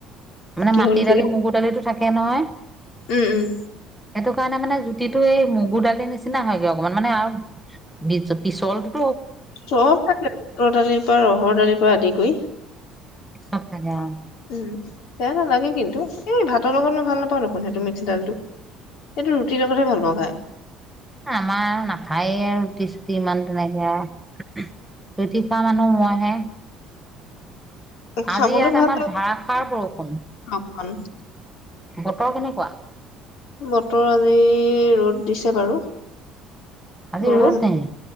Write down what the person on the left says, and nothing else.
কিহৰ
নিচিনা
উম উম।
চব থাকে বুটৰ দালিৰ পৰা ৰহৰ দালিৰ পৰা আদি কৰি।
উম বেয়া নালাগে কিন্তু, এই ভাতৰ লগত মই ভাল নাপাওঁ দেখোন সেইটো মিক্সডালটো। সেইটো ৰুটিৰ লগতহে ভাল পাওঁ খাই।
খাবলৈ
ভাল
লাগে
অকমান
বতৰ আজি ৰ'দ দিছে বাৰু।
গৰম